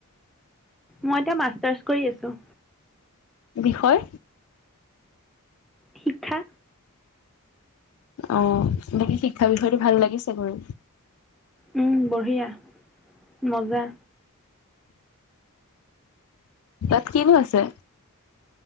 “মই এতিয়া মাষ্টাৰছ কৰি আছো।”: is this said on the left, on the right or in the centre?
Centre